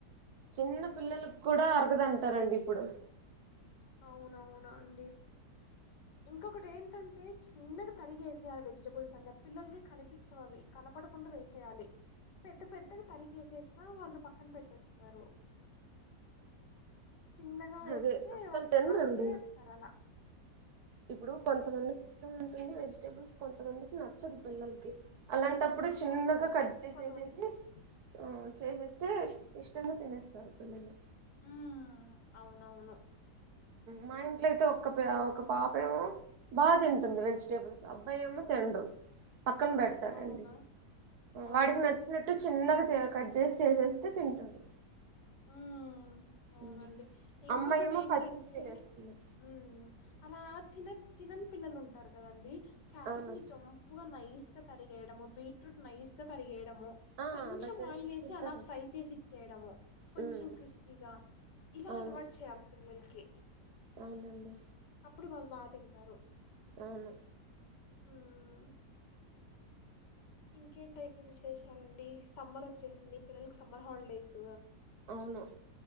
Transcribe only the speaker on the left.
అవునవున అండి ఇంకొకటి ఏంటంటే చిన్నగా తరిగి ఏసేయాలి వెజిటబుల్స్ అనే పిల్లలకి కనిపించవి అవి కనపడకుండా వేసేయాలి పెద్ద పెద్దగా తరిగి వేసే వాళ్ళు పక్కన పెట్టేస్తారు చిన్నగా వేస్తే
వాళ్ళ
అవి తీసేస్తారలా
అవును
కొంతమందికి నచ్చదు
ఉమ్ అవునవును
అవునా ఓ
ఉమ్ అవునండి
ఇంకొకటి
ఏంటంటే
ఉం అలా తిన తినని పిల్లలు ఉంటారు కదండి క్యారెట్
ని చంపుగా నైస్ గా తరిగేయడము బీట్రూట్ నైస్ గా తరిగేయ
కొంచెం
ఆయిల్ వేసి
అలా ఫ్రై చేసి ఇచ్చేయడము కొంచెం
క్రిస్పీగా ఇలా
అలవాటు చేయాలి పిల్ల పిల్లలకి
అప్పుడు వాళ్ళు బాగా తింటారు
ఉం ఇంకేంటయితే విశేషాలండి సమ్మర్ వచ్చేసింది పిల్లలకి సమ్మర్ హాలిడేస్